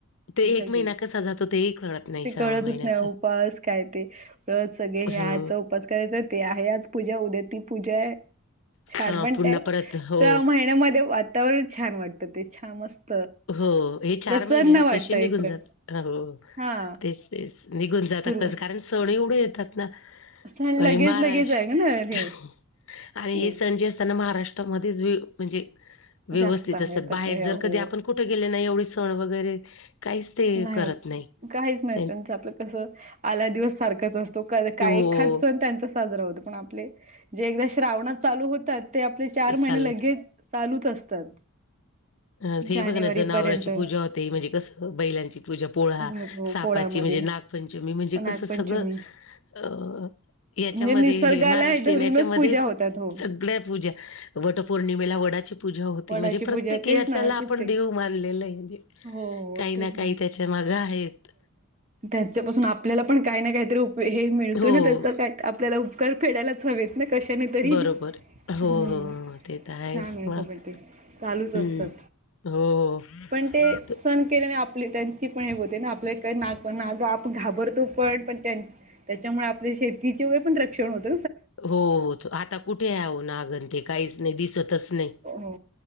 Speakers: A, on the left; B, on the right.
A: ते एक
B: लगेच,
A: महिना कसा जातो तेही कळत नाही
B: ते
A: श्रावण
B: कळतच
A: महिन्याचा
B: नाही. उपवास काय ते, अ सगळे हे
A: हो
B: आजचा उपवास करायच. ते आहे आज पूजा उद्या ती पूजा आहे. काय
A: ह
B: म्हणताय,
A: पुन्हा परत हो
B: त्या महिन्यामध्ये वातावरण छान वाटतं ते छान मस्त
A: हो हे चार
B: प्रसन्न
A: महिने ना
B: वाटत
A: कसे निघून
B: इकडं
A: जातात हो
B: हा
A: तेच तेच, ते निघून जातातच
B: सुरू
A: कारण सण एवढे येतात ना,
B: सण लगेच
A: आणि महाराष्ट्र
B: लगेच आहे ना हे आपले
A: आणि हे सण जे असतात महारा ष्ट्र मधेच म्हणजे व्यवस्थित
B: जास्त आहेत
A: असतात. बाहेर
B: आपले
A: जर
B: हो
A: कधी आपण कुठे गेले ना. एवढे सण वगैरे काहीच ते
B: नाही.
A: करत
B: काहीच नाही
A: त्यां
B: त्यांचं कस आला दिवस सारखंच असतो. काय
A: हो
B: एखाद सण त्यांचा साजरा होतो. पण आपले जे एकदा श्रावणात चालू होतात ते आपले चार
A: ते चालू
B: महिने लगेच चालूच असतात.
A: अ ते
B: जानेवारी
A: हे बघ ना जनावराची
B: पर्यंत
A: पूजा होते. म्हणजे, कसं बैलांची पूजा पोळा.
B: वैभव
A: सापाची
B: पोळामध्ये
A: म्हणजे नागपंचमी म्हणजे
B: नागपंचमी
A: कसं सगळं अ याच्यामध्ये
B: म्हणजे निसर्गाला
A: हे महाराष्ट्रीयन
B: धरूनच
A: याच्यामध्ये
B: पूजा होतात
A: फक्त
B: हो
A: सगळ्या पूजा वटपौर्णिमेला वडाची पूजा होती
B: वडाची
A: म्हणजे प्रत
B: पूजा
A: तेक
B: तेच
A: हाच्याला
B: ना
A: आपण
B: ते
A: देव मानलेलं आहे. म्हणजे
B: हो
A: काही ना
B: तेच
A: काही त्याच्या मागं आहेत.
B: त्याच्यापासून आपल्याला पण काही ना काहीतरी उप हे मिळत
A: हो.
B: ना त्याच काय आपल्याला उपकार फेडायलाच हवेत ना कशा ने तरी
A: बरोबर.
B: हम्म
A: हो, हो, हो. ते तर आहेच
B: छान आहे हेचपण
A: मग.
B: चालूच असतात.
A: हं. हो,
B: पण ते
A: हो.
B: सण केलेने आपली त्यांची पण हे होते ना. आपल्या काय नाग पण नाग आपण घाबरतो पण पण त्यां त्याच्यामुळे आपल्या शेतीचे वे पण रक्षण होत.
A: हो हो आता कुठे आहे हो नागं आण ते काहीच नाही दिसतच नाही.
B: हो हो